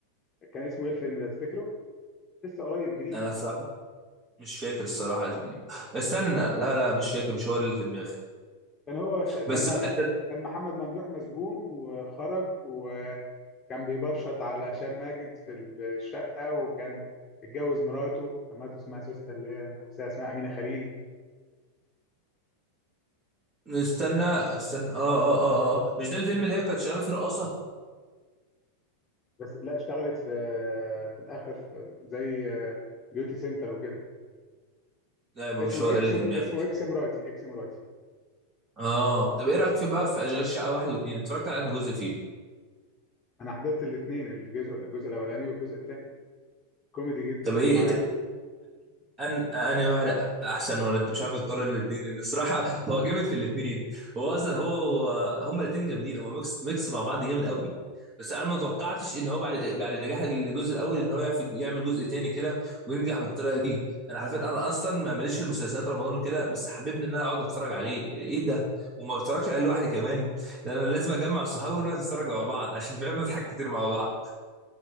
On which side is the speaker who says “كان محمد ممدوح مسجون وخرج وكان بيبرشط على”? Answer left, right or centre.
Left